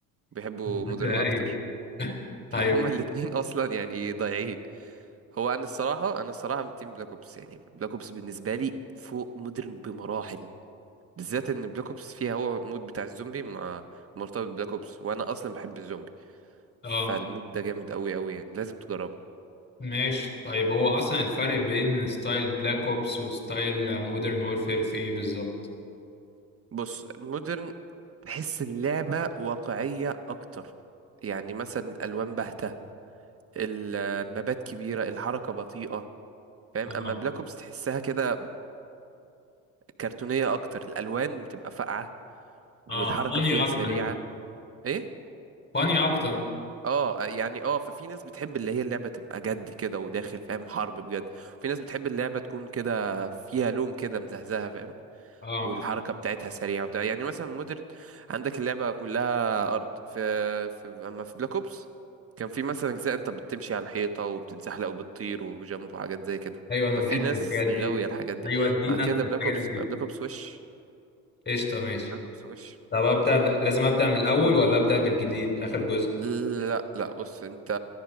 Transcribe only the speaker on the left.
<laughs>
ايوه
طيب
اه
ماشي طيب هو اصلا الفرق بين ستايل بلاك اوبس وستايل مودرن وورفير في ايه بالظبط
اه
اه فاني
اكتر
يعني
فاني اكتر
اه
ايوه انا
بحب
الحاجات دي
ايوه ادينا
انت الحاجات
دي
قشطة ماشي
طب أبدأ ب... لازم أبدأ من الأول ولا أبدأ بالجديد آخر جزء؟